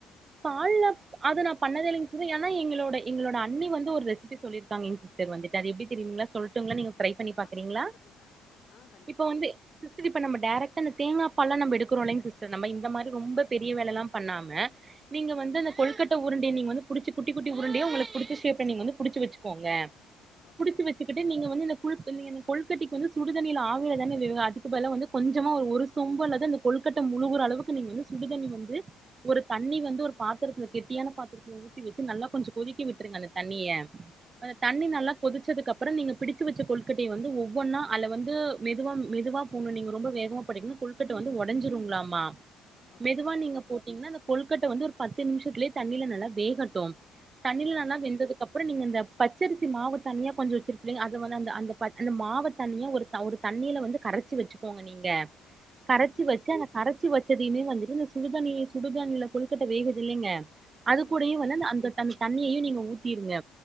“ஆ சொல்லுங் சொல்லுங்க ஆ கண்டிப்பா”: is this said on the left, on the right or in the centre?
Left